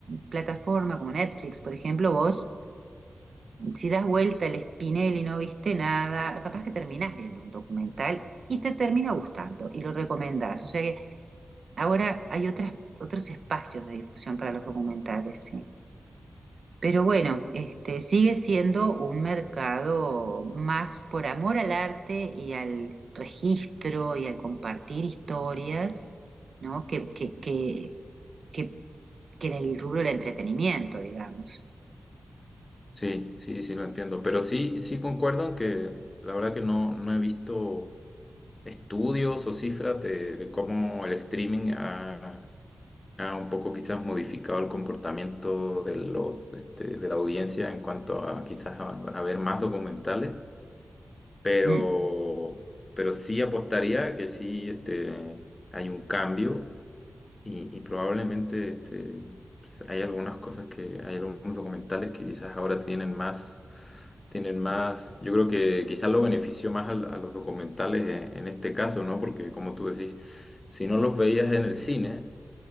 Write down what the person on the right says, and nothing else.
plataforma como Netflix, por ejemplo, vos si das vuelta el espinel y no viste nada, capaz que terminás viendo un documental y te termina gustando y lo recomendás. O sea que ahora hay otras, otros espacios de difusión para los documentales, sí. Pero bueno, este sigue siendo un mercado más por amor al arte y al registro y al compartir historias, ¿no? Que, que, que, que, que en el rubro del entretenimiento, digamos.
Mm.